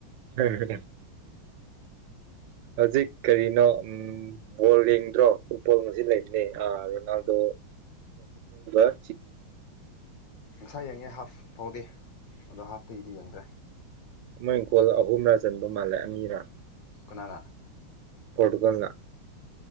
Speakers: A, on the right; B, on the left.
A: ꯎꯝ ꯎꯝ ꯍꯧꯖꯤꯛ ꯀꯔꯤꯅꯣ ꯎꯝ ꯕꯣꯜ ꯌꯦꯡꯗ꯭ꯔꯣ ꯐꯨꯠꯕꯣꯜ ꯉꯁꯤ ꯂꯩꯕꯅꯦ ꯑ ꯔꯣꯅꯥꯜꯗꯣ ꯑ
B: ꯉꯁꯥꯏ ꯌꯦꯡꯉꯦ ꯍꯥꯐ ꯐꯥꯎꯗꯤ ꯑꯗꯣ ꯍꯥꯐꯇꯒꯤꯗꯤ ꯌꯦꯡꯗ꯭ꯔꯦ
A: ꯃꯣꯏ ꯒꯣꯜ ꯑꯍꯨꯝꯂꯥ ꯆꯟꯕ ꯃꯥꯜꯂꯦ ꯑꯅꯤꯔ
B: ꯀꯅꯥꯅ
A: ꯄꯣꯔꯇꯨꯒꯜ ꯅ